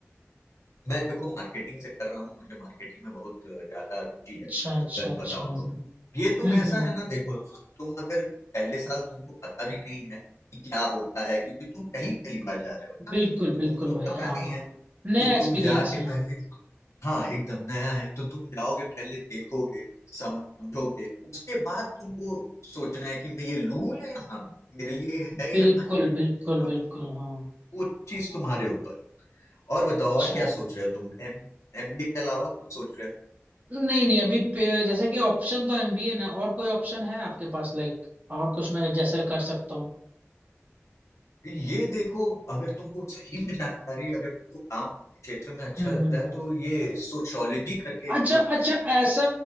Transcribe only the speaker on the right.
अच्छा
अच्छा अच्छा
हम्म
हम्म
हम्म।
बिल्कुल
बिल्कुल
भाई
हाँ
हाँ
नया
एक्सपीरियंस
है
बिल्कुल
बिल्कुल
बिल्कुल हाँ
अच्छा
नहीं नहीं अभी पे- जैसे कि ऑप्शन तो एमबीए ना और कोई ऑप्शन है आपके पास लाइक और कुछ मैं जैसे कर सकता हूँ
हम्म
हम्म,
हम्म।
अच्छा
अच्छा ऐसा